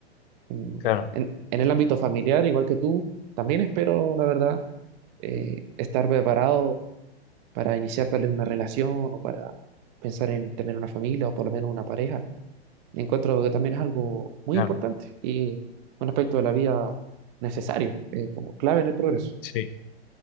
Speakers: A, on the right; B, on the left.
A: En,
B: Claro,
A: en- en el ámbito familiar, igual que tú, también espero, la verdad, eh, estar preparado para iniciar tal vez una relación o para pensar en tener una familia o por lo menos una pareja. encuentro que también es algo muy
B: claro.
A: importante y un aspecto de la vida necesario, eh, como clave en el progreso.
B: Sí.